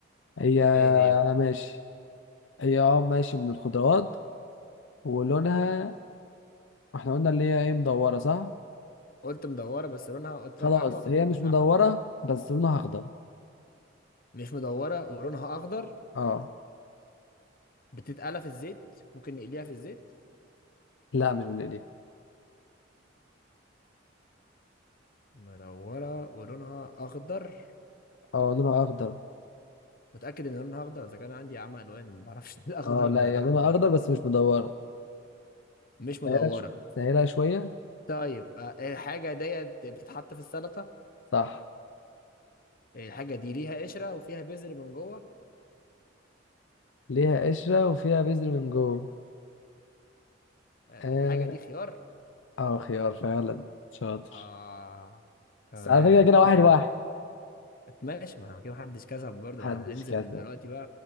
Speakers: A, on the left; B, on the left.
A: هي
B: إيه هي
A: ماشي هي اه ماشي من الخضروات ولونها احنا قلنا اللي هي ايه مدورة صح
B: قلت مدورة بس لونها قلت
A: خلاص
B: لك أحمر قلت
A: هي
B: لي
A: مش
B: مش
A: مدورة
B: أحمر
A: بس لونها أخضر
B: مش مدورة ولونها أخضر
A: اه
B: بتتقلى في الزيت ممكن نقليها في الزيت
A: لا مش من إيديك
B: مدورة ولونها أخضر
A: اه لونها أخضر
B: متأكد إن لونها أخضر إذا كان عندي عمى ألوان ما بعرفش <laughs> الأخضر
A: اه
B: من
A: لا هي
B: الأحمر
A: لونها أخضر بس مش مدورة
B: مش
A: سهلها
B: مدورة
A: ش... سهلها شوية
B: طيب آه، الحاجة ديت بتتحط في السلطة
A: صح
B: الحاجة دي ليها قشرة وفيها بذر من جوه
A: ليها قشرة وفيها بذر من جوه
B: آه،
A: اه
B: الحاجة دي خيار
A: آه، خيار فعلا شاطر
B: آه تمام
A: بس على فكرة كده
B: كده
A: واحد واحد
B: ماشي ما كده محدش كسب برضه
A: محدش
B: ما احنا هننزل
A: كسب
B: دلوقتي بقى